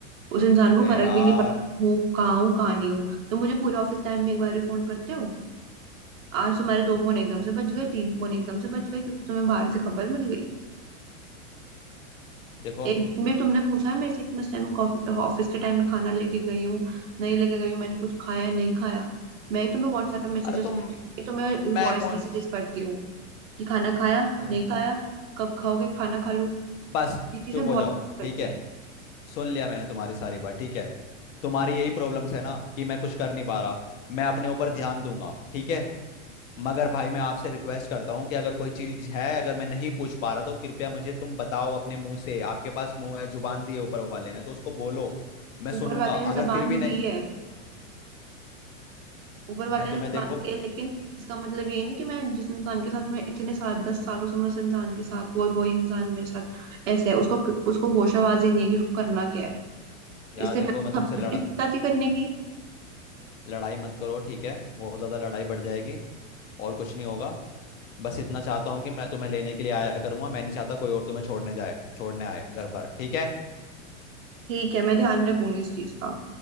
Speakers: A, on the right; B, on the left.
A: उस इंसान
B: अरे
A: को फर्क
B: यार
A: भी नहीं पड़ता हूँ कहाँ हूँ कहाँ नहीं हूँ तो मुझे पूरे ऑफिस टाइम में एक बार भी फोन करते हो आज तुम्हारे दो फोन एकदम से बज गए तीन फोन एकदम से बज गए क्योंकि तुम्हें बाहर से खबर मिल गई
B: देखो
A: एक दिन भी तुमने पूछा है मेरे से कि मैं उस टाइम ऑफिस के टाइम में खाना लेके गई हूँ नहीं लेके गई हूँ मैंने कुछ खाया है, नहीं खाया मैं ही तुम्हें व्हाट्सएप पे मैसेजेस
B: अरे तुम
A: करती हूँ मैं ही तुम्हें
B: मैं
A: वॉइस
B: कौन
A: मैसेजेस करती हूँ कि खाना खाया
B: अरे
A: नहीं खाया कब खाओगे खाना खा लो
B: बस
A: ये चीजें
B: चुप हो
A: बहुत
B: जाओ
A: करती
B: ठीक है
A: हैं
B: सुन लिया मैंने तुम्हारी सारी बात ठीक है तुम्हारी यही प्रॉब्लम्स है ना कि मैं कुछ कर नहीं पा रहा मैं अपने ऊपर ध्यान दूंगा ठीक है मगर भाई मैं आपसे रिक्वेस्ट करता हूँ कि अगर कोई चीज है अगर मैं नहीं पूछ पा रहा तो कृपया मुझे तुम बताओ अपने मुंह से आपके पास मुंह है जुबान दी है ऊपर वाले ने तो उसको बोलो मैं सुनूंगा
A: ऊपर वाले
B: अगर
A: ने जबान
B: फिर भी नहीं
A: दी है ऊपर वाले
B: मैं
A: ने
B: तुम्हें
A: जबान
B: देखो
A: दी है लेकिन इसका मतलब ये नहीं कि मैं जिस इंसान के साथ मैं इतने साल दस सालों से मैं उस इंसान के साथ हूँ और वही इंसान मेरे साथ ऐसे है उसको उसको होशाबाजी नहीं है कि उसको करना क्या है
B: यार
A: इससे
B: देखो
A: बेहतर
B: मैं तुमसे
A: खबरदारी
B: लड़ा
A: करने की
B: लड़ाई मत करो ठीक है बहुत ज्यादा लड़ाई बढ़ जाएगी और कुछ नहीं होगा बस इतना चाहता हूँ कि मैं तुम्हें लेने के लिए आया करूंगा मैं नहीं चाहता कोई और तुम्हें छोड़ने जाए छोड़ने आए घर पर ठीक है
A: ठीक है मैं ध्यान रखूंगी इस चीज का